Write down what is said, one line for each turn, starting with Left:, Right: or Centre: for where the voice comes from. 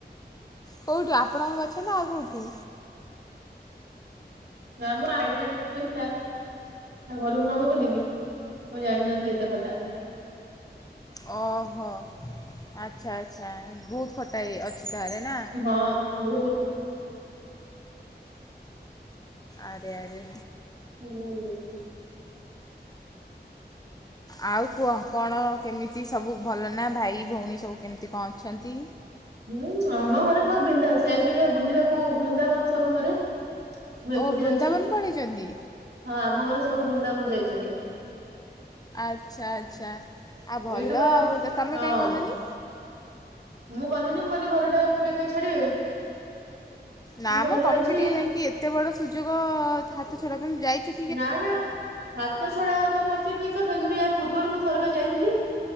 Left: କୋଉଠୁ ଆପଣଙ୍କ ଗଛ ନା ଆଉ କୋଉଠୁ?
Right: ନା ମଁ ଆଇଟା ଆଣିକି ଥୋଇଥିଲା। ଘରକୁ ନବ ବୋଲିକି ମୁଁ ଜାଣିନଥିଲି ଏତେ ଖଟା।
Left: ଓହୋ ଆଚ୍ଛା ଆଚ୍ଛା ବହୁତ ଖଟା ଅଛି ତାହେଲେ ନା?
Right: ହଁ ବହୁତ।
Left: ଆରେ ଆରେ
Right: ହୁଁ।
Left: ଆଉ କୁହ କଣ କେମିତି ସବୁ ଭଲ ନା ଭାଇ ଭଉଣୀ ସବୁ କେମିତି କଣ ଅଛନ୍ତି?
Right: ହୁଁ ଆମ ଘରେ ସବୁ ବିନ୍ଦାସ ଯାଇଛନ୍ତି ବୁଲିବାକୁ ବୃନ୍ଦାବନ ସବୁ ଘରେ। ମୁଁ ଏକୁଟିିଆ
Left: ଓ ବୃନ୍ଦାବନ
Right: ଅଛି
Left: ପଳେଇଛନ୍ତି
Right: ହଁ ଆମ ଘରେ ସବୁ ବୃନ୍ଦାବନ ଯାଇଛନ୍ତି।
Left: ଆଚ୍ଛା ଆଚ୍ଛା ଆଉ ଭଲ
Right: ଏଇଠୁ ବା
Left: ଆଉ ତମେ
Right: ହଁ
Left: କାହିଁ ଗଲନି?
Right: ମୁଁ ଗଲିିନି ମୁଁ କହଲିି ଘରଟା ଏକୁଟିଆ କାଇଁ ଛାଡିବେ?
Left: ନା
Right: ମୁଁ ଘରେ
Left: ମ ତମେ
Right: ରହିଛି
Left: ବି ଟିକେ ଯାଇକି ଏତେ ବଡ ସୁଯୋଗ ହାତ ଛଡା ପାଇଁ ମୁଁ ଯାଇଛି।
Right: ନା ନା ହାତ ଛଡା ତ କରିଛି ଠିକ କଥା କିନ୍ତୁ ୟା ପୂର୍ବରୁ ମୁଁ ଥରେବା ଯାଇଥିଲି।